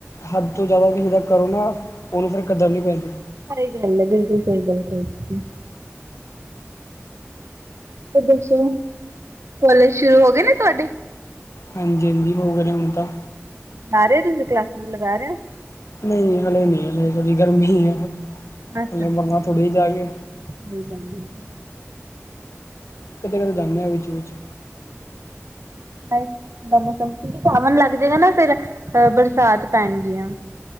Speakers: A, on the left (about 85°); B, on the right (about 75°).
A: ਹੱਦ ਤੋਂ ਜ਼ਿਆਦਾ ਕਿਸੇ ਦਾਂ ਕਰੋ ਨਾ ਉਹਨੂੰ ਫਿਰ ਕਦਰ ਨਹੀਂ ਪੈਂਦੀ‌।
B: ਸਹੀ ਗੱਲ ਹੈ, ਬਿਲਕੁਲ ਸਹੀ ਗੱਲ ਕਹੀ ਸੀ। ਤੇ ਦੱਸੋ ਕੋਲਜ ਸ਼ੁਰੂ ਹੋ ਗਏ ਨੇ ਤੁਹਾਡੇ?
A: ਹਾਂਜੀ-ਹਾਂਜੀ, ਹੋ ਗਏ ਨੇ ਹੁਣ ਤਾਂ।
B: ਜਾ ਰਹੇ ਹੋ, ਤੁਸੀਂ ਕਲਾਸਿਸ ਲਗਾ ਰਹੇ ਹੋ।
A: ਨਹੀਂ, ਹਲੇ ਨਹੀਂ ਹਲੇ ਥੋੜੀ ਗਰਮੀ ਹੈ।
B: ਅੱਛਾ-ਅੱਛਾ,
A: ਹਲੇ ਮਰਨਾ ਥੋੜ੍ਹੀ ਜਾ ਕੇ
B: ਕਿ ਕਹਿੰਦੀ ਸੀ?
A: ਕਦ- ਕਦੇ ਜਾਂਦੇ ਹਾਂ, ਵਿੱਚ- ਵਿੱਚ।
B: ਆ। ਦਾ ਮੌਸਮ ਕਿਉਂਕਿ ਸਾਵਣ ਲੱਗ ਜਾਏਗਾ ਨਾ ਫੇਰ ਅਹ ਬਰਸਾਤ ਪੈਣਗੀਆਂ।